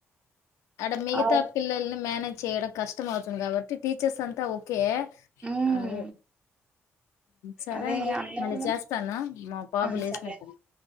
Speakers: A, on the left; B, on the right.
A: అడ మిగతా
B: అవు
A: పిల్లల్ని మేనేజ్ చేయడం కష్టం అవుతుంది కాబట్టి టీచర్స్ అంతా ఓకే
B: ఉమ్
A: అదే సరే
B: అదే
A: అండి
B: అందువల్ల
A: మళ్ళీ చేస్తాను మా బాబు
B: ఆ
A: లేచినట్టున్నాడు
B: సరే